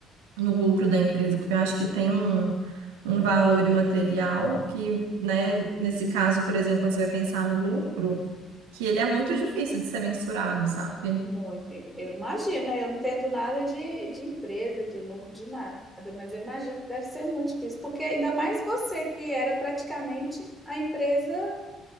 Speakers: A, on the right (about 70°); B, in the centre.
A: no lucro da empresa, porque eu acho que tem um, um valor imaterial que, né, nesse caso, por exemplo, quando você vai pensar no lucro, que ele é muito difícil de ser mensurado, sabe?
B: muito. E- Eu imagino, né? Eu não entendo nada de, de empresa, de lucro, de nada, mas eu imagino que deve ser muito difícil, porque ainda mais você que era praticamente a empresa,